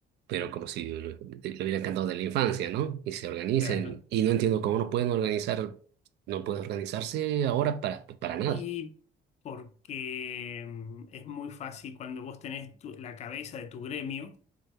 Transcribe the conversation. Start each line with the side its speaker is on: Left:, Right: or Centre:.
Right: pero como si lo, lo hubieran cantado de la infancia, ¿no? Y se organizan,
Left: claro.
Right: y no entiendo cómo no pueden organizar, no pueden organizarse ahora para, para nada.
Left: Y porque mm, es muy fácil cuando vos tenés tu- la cabeza de tu gremio,